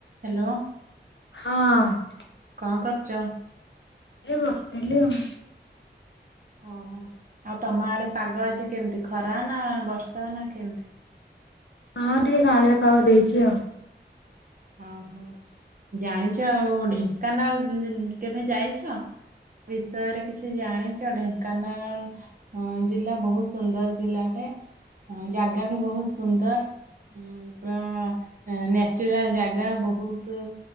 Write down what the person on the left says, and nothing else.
ହଁ।
ଏ ବସିଥିଲି ଆଉ।
ହଁ ଟିକେ କାଁଳିଆ ପାଗ ଦେଇଛି ଆଉ।